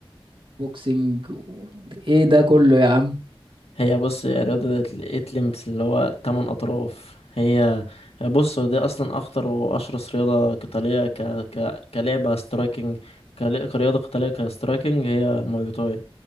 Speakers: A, on the right (about 55°); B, on the left (about 80°).
A: وبوكسينج و... ايه ده كله يا عم
B: هي بص هي رياضة الإتلمس اللي هو تمن أطراف هي هي بص هو دي أصلا أخطر وأشرس رياضة قتالية ك... ك... كلعبة سترايكنج كل- كرياضة قتالية كسترايكنج هي المواي تاي